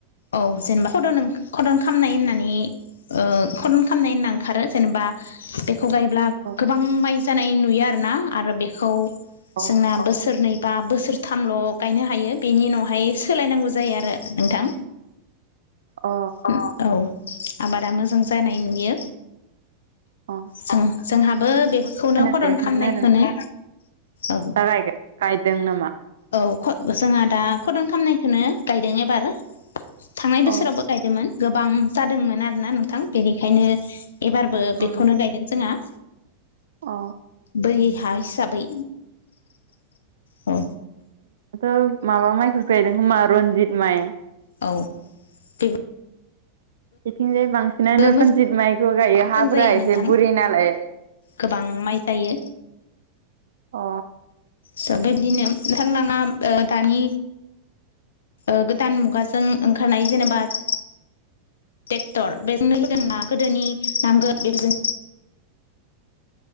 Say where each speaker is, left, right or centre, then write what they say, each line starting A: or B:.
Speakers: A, on the left; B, on the right.
A: औ जेनेबा खद खदन खालामनाय होननानै ओ खरन खालामनाय होनना ओंखारो जेनेबा बे बेखौ गायब्ला
B: अ
A: गोबां माइ जानाय नुयो आरोना आरो बेखौ
B: अ
A: जोंना बोसोरनै बा बोसोरथामल' गायनो हायो बेनि उनावहाय सोलायनांगौ जायो आरो नोंथां
B: अ
A: औ अ औ आबादा मोजां जानाय नुयो
B: अ
A: जों जोंहाबो बे खौनो
B: खोनाफेराखैमोन
A: हदन खालामनायखौनो
B: आरो
A: औ
B: दा गायदों नामा
A: औ जोंहा दा खदन खालामामनायखौनो गायदों एबार थांनाय बोसोरावबो
B: अ
A: गायदोंमोन गोबां जादोंमोन आरोना नोंथां बेनिखायनो एबारबो बेखौनो
B: ओं
A: गायदों जोंङा
B: अ
A: बोरि हा हिसाबै औ
B: जोंनाथ' माबा माइखौसो गायदों खोमा जोंना रनजित माइ
A: औ बेबो
B: इथिंजाय बांसिनानो रन्जित
A: मोजां
B: माइखौ गायो हाफोरा
A: जायो नोंथां
B: एसे बुरि नालाय
A: गोबां माइ जायो
B: अ
A: स' बेबदिनो नोंथांनाङा दानि ओ गोदान मुगाजों ओंखारनाय जेनेबा ट्रेक्टर बेजोंनो होदोंना गोदोनि नांगोल बेफोरजों